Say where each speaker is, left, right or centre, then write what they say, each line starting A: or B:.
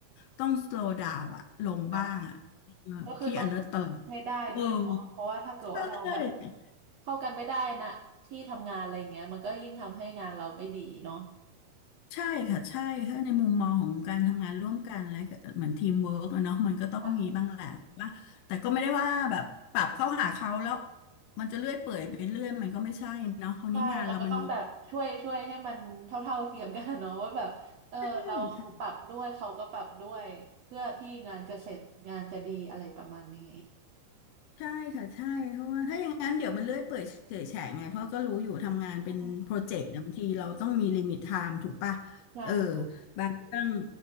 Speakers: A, on the left; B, on the right.
A: ต้อง slow down อะลงบ้างอะเอ่อพี่
B: ค่ะ ก็คือต้อง
A: alert ตลอด
B: ให้ได้ด้วยเนาะเพราะว่าถ้าเกิดว่าเราแบบ
A: เออใช่
B: เข้ากันไม่ได้นะที่ทำงานอะไรอย่างเงี้ยมันก็ยิ่งทำให้งานเราไม่ดีเนาะ
A: ใช่ค่ะใช่ถ้าในมุมมองของการทำงานร่วมกันและเหมือนทีมเวิร์กอะเนาะมันก็ต้องมีบ้างแหละว่าแต่ก็ไม่ได้ว่าแบบปรับเข้าหาเขาแล้ว
B: ค่ะ
A: มันจะเลื่อยเปื่อยไปเรื่อยมันก็ไม่ใช่เนาะคราวนี้งานเรามันมี
B: ใช่เราก็ต้องแบบช่วยช่วยให้มันเท่าเท่าเทียมกันอะเนาะ <laughs> ว่าแบบเออเราปรับด้วยเขาก็ปรับด้วยเพื่อที่งานจะเสร็จงานจะดีอะไรประมาณนี้
A: ใช่ ใช่ค่ะใช่เพราะว่าถ้าอย่างนั้นเดี๋ยวมันเลื่อยเปื่อยเฉอยแฉะไงเพราะก็รู้อยู่ทำงานเป็นโปรเจกต์นะบางทีเราต้องมีลิมิตไทม์ถูกปะ
B: อืมใช่
A: เออบางเรื่อง